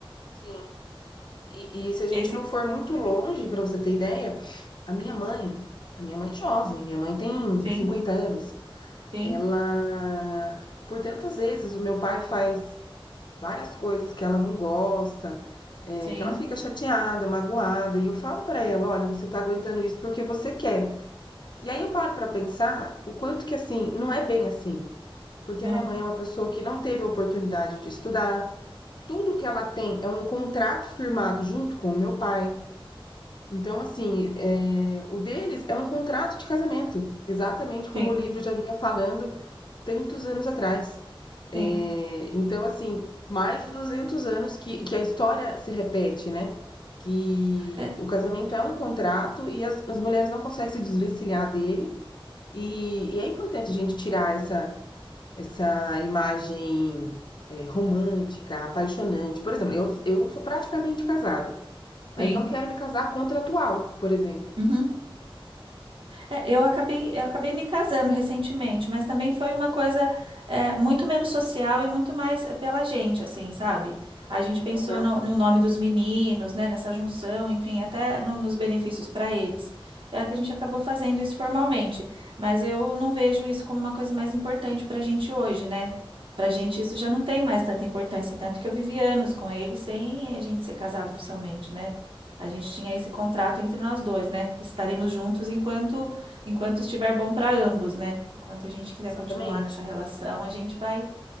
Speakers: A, on the left; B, on the right.
A: sim. E, e se a gente
B: Esse
A: não for muito longe, pra você ter ideia, a minha mãe, a minha mãe é jovem, minha mãe tem
B: sim,
A: 50 anos.
B: sim,
A: Ela, por tantas vezes, o meu pai faz várias coisas que ela não gosta, é,
B: sim,
A: que ela fica chateada, magoada, e eu falo pra ela, olha, você tá aguentando isso porque você quer. E aí eu paro pra pensar o quanto que assim, não é bem assim, porque
B: não,
A: a minha mãe é uma pessoa que não teve a oportunidade de estudar. Tudo que ela tem é um contrato firmado junto com o meu pai. Então, assim, eh, o deles é um contrato de casamento, exatamente como
B: sim,
A: o livro já vinha falando tantos anos atrás. Eh,
B: sim,
A: então, assim, mais de 200 anos que, que a história se repete, né? Que
B: é,
A: o casamento é um contrato e as, as mulheres não conseguem se desvencilhar dele. E, e é importante a gente tirar essa, essa imagem, eh, romântica, apaixonante. Por exemplo, eu, eu sou praticamente casada, mas
B: sim.
A: não quero me casar contratual, por exemplo.
B: Uhum. É, eu acabei, eu acabei me casando recentemente, mas também foi uma coisa é, muito menos social e muito mais é, pela gente, assim, sabe? A gente pensou
A: Uhum.
B: no, no nome dos meninos, né? Nessa junção, enfim, até no- nos benefícios para eles. É que a gente acabou fazendo isso formalmente, mas eu não vejo isso como uma coisa mais importante para a gente hoje, né? Para a gente
A: Sim,
B: isso já não tem mais tanta importância, tanto que eu vivi anos com ele sem a gente ser casado oficialmente, né? A gente tinha esse
A: sim,
B: contrato entre nós dois, né? Estaremos juntos enquanto enquanto estiver bom para ambos, né? Enquanto a gente quiser
A: exatamente.
B: continuar nessa relação, a gente vai